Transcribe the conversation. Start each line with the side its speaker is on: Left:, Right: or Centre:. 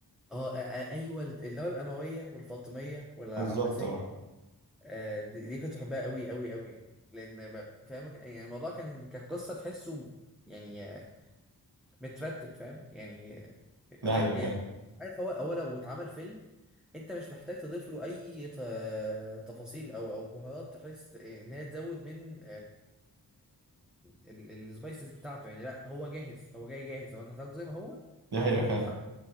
Centre: اه آه، آه، ايوه الدوله الامويه والفاطميه والعباسيه
Right: بالظبط اه
Centre: آه، دي, دي كنت بحبها قوي قوي قوي يعني لان ب- فاهم ك- يعني الموضوع كان كقصه تحسه يعني آه، مترتب فاهم يعني آه،
Right: دي
Centre: حاجه
Right: حقيقة
Centre: يعني
Right: فعلا
Centre: عارف هو هو لو اتعمل فيلم انت مش محتاج تضيف له اي ت- تفاصيل او او بهارات تحس ان هي تزود من السبايسز بتاعته يعني لا هو جاهز هو جاي جاهز هو انت هتاخده زي ما هو
Right: دي
Centre: هتحكيه
Right: حقيقة فعلا
Centre: الحق